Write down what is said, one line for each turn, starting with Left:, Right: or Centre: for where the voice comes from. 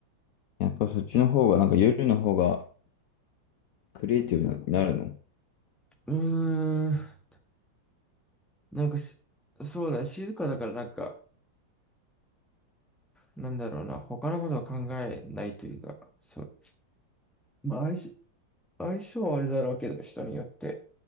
Left: やっぱそっちの方が、なんか夜の方がクリエイティブになるの
Centre: うーん。なんかし、そうだね、静かだからなんか、なんだろうな、他のことを考えないというか、そう。まあ、相性、相性はあれだろうけど、人によって。